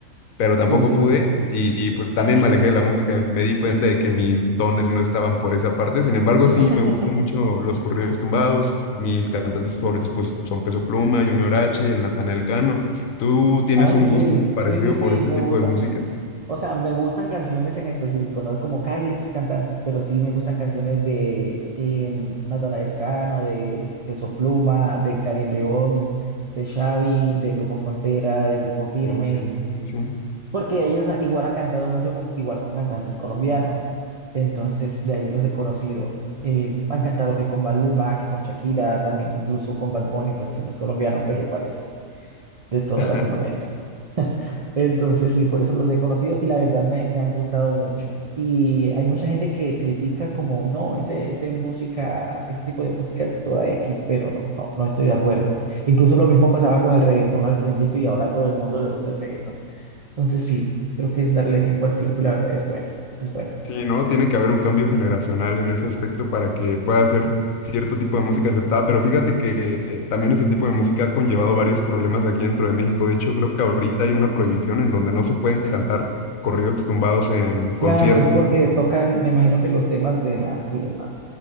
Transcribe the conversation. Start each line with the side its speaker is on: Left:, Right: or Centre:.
Left: pero tampoco
Right: Sí, sí.
Left: pude y, y, pues también me alejé de la música. Me di cuenta de que mis dones no estaban por esa parte. Sin embargo,
Right: <laughs>
Left: sí, me gustan mucho los corridos tumbados. Mis cantantes favoritos pues son Peso Pluma, Junior H y el Natanael Cano. ¿Tú tienes
Right: Ay,
Left: un
Right: sí,
Left: gusto parecido
Right: sí, sí, sí,
Left: por este
Right: me
Left: tipo
Right: gusta.
Left: de música?
Right: O sea, me gustan canciones en específico, no es como Kai y esos cantantes, pero sí me gustan canciones de em, Natanael Cano, de Peso Pluma, de Karin León, de Xavi, de Grupo Frontera, de Grupo Firme,
Left: Oh, sí, sí, sí, sí.
Right: porque ellos ha- igual han cantado mucho con, igual con cantantes colombianos. Entonces, de ahí los he conocido. Eh, han cantado que con Maluma, que con Shakira, también incluso con Bad Bunny, pues que no es colombiano, pero igual es de toda
Left: <laughs>
Right: Latinoamérica. Entonces, sí, por eso los he conocido y la verdad me, me han gustado mucho. Y hay mucha gente que critica como, no, ese, ese música, ese tipo de música es toda X, pero no, no, no estoy de acuerdo. Incluso lo mismo pasaba con el reggaetón al principio y ahora a todo el mundo le gusta el reggaetón. Entonces, sí, creo que es darle tiempo al tiempo y la verdad es buena, es buena.
Left: Sí, ¿no? Tiene que haber un cambio generacional en ese aspecto para que pueda ser cierto tipo de música aceptada, pero fíjate que también ese tipo de música ha conllevado varios problemas aquí dentro de México. De hecho, creo que ahorita hay una prohibición en donde no se pueden cantar corridos tumbados en conciertos.
Right: Claro, es porque tocan, me imagino que los temas de narco y demás.